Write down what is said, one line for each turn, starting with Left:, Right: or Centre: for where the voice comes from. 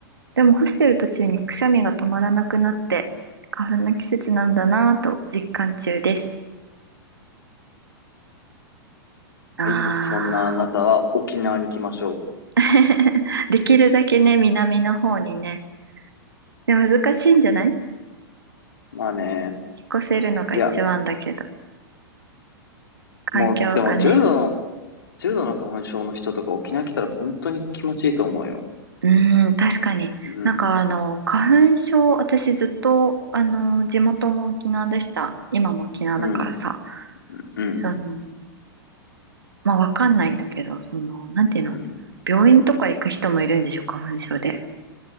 Right: でも干してる途中にくしゃみが止まらなくなって花粉の季節なんだなぁと実感中です。ああ。
Left: はい。そんなあなたは沖縄に来ましょ
Right: <laughs> できるだけね、南の方にね。で、難しいんじゃない
Left: う。まあね。
Right: 引っ越せるのが一番だけど、
Left: いや、
Right: 環境がね。
Left: もう、でも重度の、重度の花粉症の人とか沖縄来たら本当に気持ちいいと思うよ。
Right: うーん、確かに。
Left: うん。
Right: なんかあの、花粉症、私ずっと、あの、地元も沖縄でした。今も沖縄だからさ、
Left: うん。うん。
Right: あの、まあ、わかんないんだけど、その、なんていうの、
Left: うん。
Right: 病院とか行く人もいるんでしょ、花粉症で。